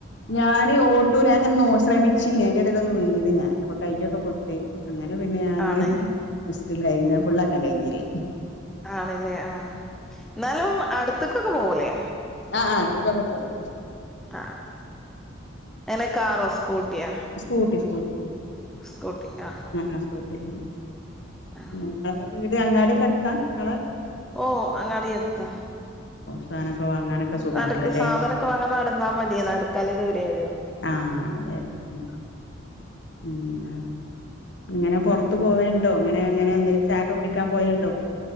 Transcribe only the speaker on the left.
ഞാന് ഓട്ടൂല ഞാനു ഇങ്ങനെ ശ്രമി ച്ചീന് അയ്ന്റെ എടേലൊന്ന് വീണ് ഞാൻ. അപ്പൊ കയ്യൊക്കെ പൊട്ടി. അങ്ങനെ പിന്നെ ഞാന്
റെസ്റ്റിലായി. പിന്നത് ഫുള്ളാക്കാൻ കയ്ഞ്ഞില്ല.
ആഹ് ആഹ് അടുത്ത്ക്കൊക്കെ പോവും.
സ്കൂട്ടി സ്കൂട്ടി
ആഹ് സ്കൂട്ടി. പിന്നെ
നിങ്ങളെ വീട് അങ്ങാടി ഒക്കെ അടുത്താ നിങ്ങള്
സാധനൊക്കെ വാങ്ങാനൊക്കെ സുഖാണല്ലോല്ലേ
ആഹ്. അതെ അതെ ഉം. ഇങ്ങനെ പൊറ്ത്ത് പോവ <unintelligible> ണ്ടോ ഇങ്ങനെ അങ്ങനെ എന്തെങ്കിലും ചായൊക്കെ കുടിക്കാൻ പോവെണ്ടോ.